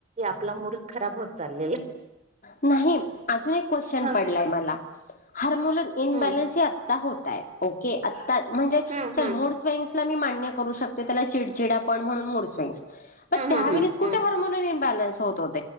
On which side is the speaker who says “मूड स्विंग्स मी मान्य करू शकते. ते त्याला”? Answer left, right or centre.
Left